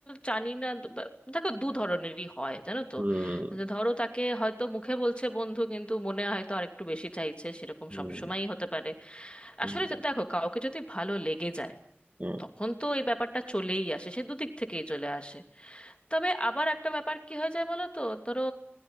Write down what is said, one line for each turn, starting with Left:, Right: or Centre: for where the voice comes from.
Left: জানি না দ- দেখো দু ধরনেরই হয় জানো তো
Right: হুম
Left: যে ধরো তাকে হয়তো মুখে বলছে বন্ধু কিন্তু মনে হয়তো আরেকটু বেশি চাইছে সেরকম
Right: হুম
Left: সবসময়ই হতে পারে
Right: হুম
Left: আসলে যে- দেখো কাউকে যদি ভালো লেগে যায়
Right: হুম
Left: তখন তো এই ব্যাপারটা চলেই আসে সে দুদিক থেকেই চলে আসে তবে আবার একটা ব্যাপার কি হয়ে যায় বলো তো ধরো